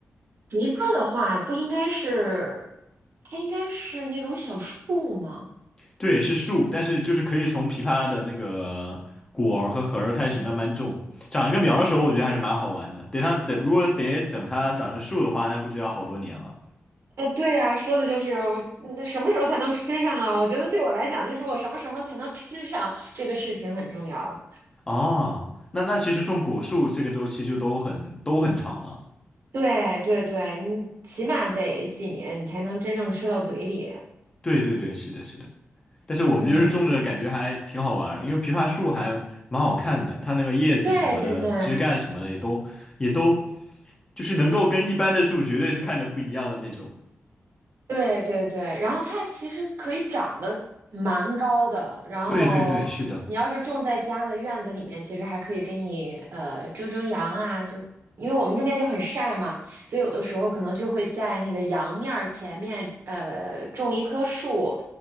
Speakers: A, on the right; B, on the left.
A: 梨花的话，不应该是，它应该是那种小树吗？
B: 对，是树，但是就是可以从枇杷的那个果儿和核儿开始慢慢种，长一个苗儿的时候，我觉得还是蛮好玩的。等它等，如果得等它长成树的话，那估计要好多年了。
A: 啊，对呀，说的就是我那什么时候才能吃上啊？我觉得对我来讲，就是我什么时候才能吃上这个事情很重要。
B: 哦，那那其实种果树这个周期就都很都很长了。
A: 对对对，你起码得几年，你才能真正吃到嘴里。
B: 对对对，是的，是的。但是我们就是种着，
A: 嗯，
B: 感觉还挺好玩儿因为枇杷树还蛮好看的，它那个叶子什么的、
A: 对对对，
B: 枝干什么的也都也都就是能够跟一般的树绝对是看着不一样的那种。
A: 对对对，然后它其实可以长得蛮高的，然后你要是种在家的院子里面，
B: 对对对，是的，
A: 其实还可以给你呃遮遮阳啊，就因为我们这边就很晒嘛，所以有的时候可能就会在那个阳面儿前面呃种一棵树，